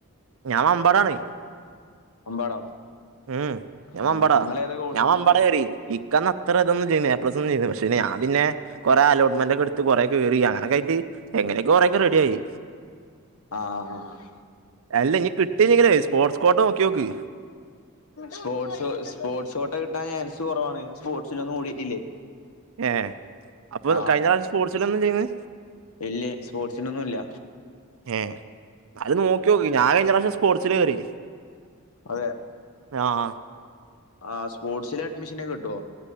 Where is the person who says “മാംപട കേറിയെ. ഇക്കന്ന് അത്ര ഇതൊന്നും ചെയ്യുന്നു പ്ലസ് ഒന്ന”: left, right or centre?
Right